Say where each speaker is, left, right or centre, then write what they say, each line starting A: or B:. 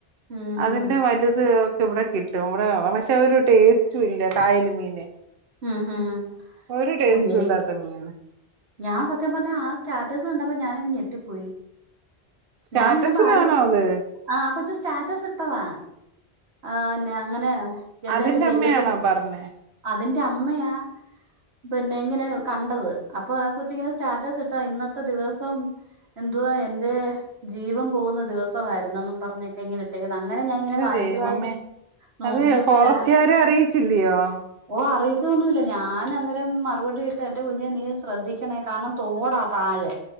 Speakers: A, on the right (about 80°); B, on the right (about 65°).
A: ഉം
B: അതിന്റെ
A: ഉം
B: വലുത് ഒക്കെ ഇവിടെ കിട്ടും വിടെ പക്ഷെ ഒരു ടേസ്റ്റും ഇല്ല കായല് മീന്.
A: ഹം, ഹും
B: ഒരു ടേസ്റ്റും
A: <unintelligible>
B: ഇല്ലാത്ത മീന്
A: ഞാ സത്യം പറഞാ സ്റ്റാറ്റസ് കണ്ടപ്പോ ഞാനങ് ഞെട്ടി പ്പോയി.
B: സ്റ്റാറ്റസിലാണോ
A: ഞാനി ങ്ങനെ പായിച്ച
B: അത്
A: ആ അകൊച്ച് സ്റ്റാറ്റസ് ഇട്ടതാ. ആന്നെ അങ്ങനെയാ ഏതയാലും
B: അതിന്റെ
A: ദൈവത്തിൽ
B: അമ്മയാണോ പറഞ്ഞേ
A: അതിന്റെ അമ്മയാ പിന്നെ ഇങ്ങനെ കണ്ടത് അപ്പൊ ആ കൊച്ചി ങ്ങനെ സ്റ്റാറ്റസ് ഇട്ടാ ഇന്നത്തെ ദിവസം എന്തുവാ എൻന്റെ ജീവം പോകുന്ന ദിവസമായിരുനെന്നും പറഞ്ഞൊക്കെ ഇങ്ങനെ ഇട്ടേ അങ്ങനെ ഞാൻ
B: പക്ഷെ
A: ഇങ്ങനെ വായിച്ച,
B: ദൈവമേ
A: വായിച്ച് നോക്കിയപ്പോഴാ
B: അത് ഫോറസ്റ്റുകാരെ അറിയിച്ചില്ലയോ
A: ഓ അറിയിച്ചൊന്നുമില്ല ഞാൻ അന്നേരം മറുപടി വിട്ട്. എന്റെ കുഞ്ഞെ നീ ശ്രദ്ധിക്കണേ കാരണം തോടാ താഴെ